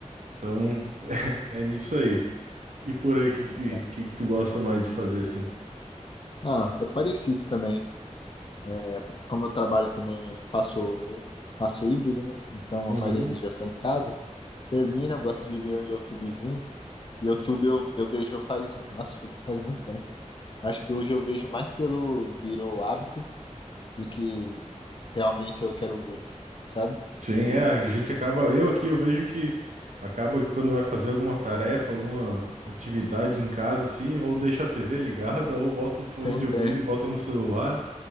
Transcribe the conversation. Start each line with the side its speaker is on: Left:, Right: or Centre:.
Right: Então, é nisso aí. E por aí, o que, que,
Left: legal.
Right: que que tu gosta mais de fazer assim?
Left: Ah, é parecido também. É, t- como eu trabalho também, faço, faço híbrido, né? Então
Right: Uhum.
Left: a maioria dos dias está em casa. Termina, eu gosto de ver um YouTubezinho. YouTube eu, eu vejo faz, nossa, faz muito tempo. Acho que hoje eu vejo mais pelo virou hábito do que realmente eu quero ver, sabe?
Right: Sim, é, a gente acaba, eu aqui eu vejo que acaba que quando vai fazer alguma tarefa, alguma atividade em casa, assim, ou deixa a TV ligada, ou bota o fone
Left: Sempre.
Right: de ouvido
Left: é.
Right: e bota no celular